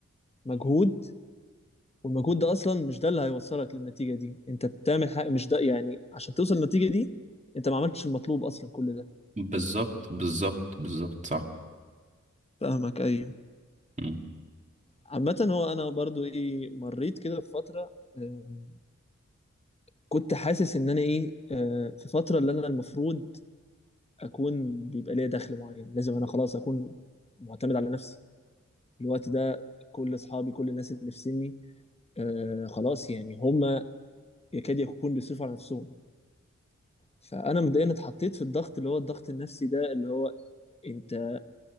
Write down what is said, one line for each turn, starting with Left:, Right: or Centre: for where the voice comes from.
Left: مجهود والمجهود ده اصلا مش ده اللي هيوصلك للنتيجة دي انت بتعمل حاجة مش ده يعني عشان توصل للنتيجة دي انت ما عملتش المطلوب اصلا كل ده
Right: بالظبط بالظبط بالظبط صح
Left: فاهمك ايوه
Right: مم.
Left: عامة هو انا برضو ايه مريت كده بفترة آم، كنت حاسس ان انا ايه آه، في فترة اللي انا المفروض اكون بيبقى ليا دخل معين لازم انا خلاص اكون معتمد على نفسي الوقت ده كل اصحابي كل الناس اللي في سني آه خلاص يعني هم يكاد يكون بيصرفوا على نفسهم فانا مبدئيا اتحطيت في الضغط اللي هو الضغط النفسي ده اللي هو انت